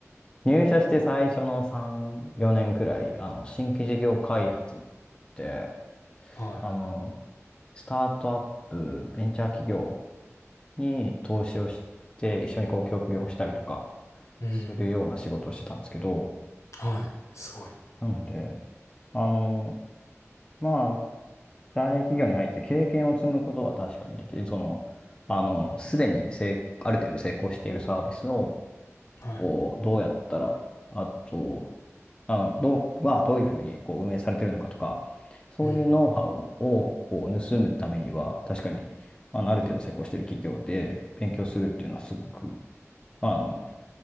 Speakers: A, on the left (about 20°); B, on the left (about 70°).
A: 入社して最初の3、4年くらい、あの、新規事業開発って、
B: はい。
A: あの、スタートアップ、ベンチャー企業に投資をして、一緒にこう、協業したりとか
B: うん。
A: するような仕事をしてたんですけど、
B: はい。すごい。
A: なので、あの、まあ、大企業に入って経験を積むことは確かにできる。その、あの、すでに成ある程度成功しているサービスを、
B: はい。
A: こう、どうやったら、あと、あの、どう、はどういうふうにこう運営されてるのかとか、そういうノウハウをこう盗むためには、
B: うん。
A: 確かに、あの、ある程度成功してる企業で勉強するっていうのはすごく、あの、